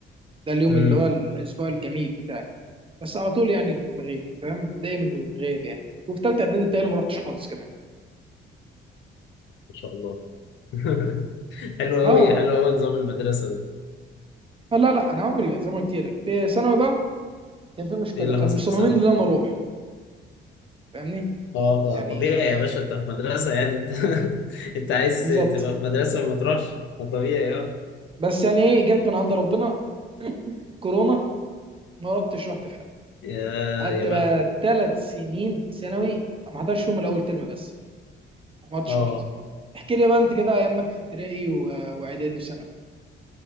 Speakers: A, on the right; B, on the left.
A: ده اليوم
B: امم
A: اللي هو الاسبوع الجميل بتاعي بس على طول يعني كنت بغيب فاهم دايما الغياب يعني وفي ثالثه اعدادي بتهيألي ما رحتش خالص كمان
B: ما شاء الله <laughs> حلو
A: اه
B: قوي حلو قوي نظام المدرسة ده
A: آه، لا لا انا عمري ما زي ما قلت لك في ثانوي بقى كان في مشكله
B: ايه اللي
A: كانوا
B: حصل
A: مصممين
B: في ثانوي
A: ان انا اروح فاهمني
B: اه
A: يعني
B: آه، طبيعي يا باشا
A: آه،
B: انت في مدرسة يعني انت <laughs> انت عايز
A: بالظبط
B: تبقى في مدرسة وما تروحش ما طبيعي اه
A: بس يعني ايه جت من عند ربنا كورونا ما رحتش رحت في حد
B: يا
A: قعدت
B: يا بختك
A: بقى ثلاث سنين ثانوي ما حضرش يوم الاول ترم بس ما حضرتش
B: اه
A: رحت احكي لي بقى انت كده ايامك في ابتدائي و- واعدادي وثانوي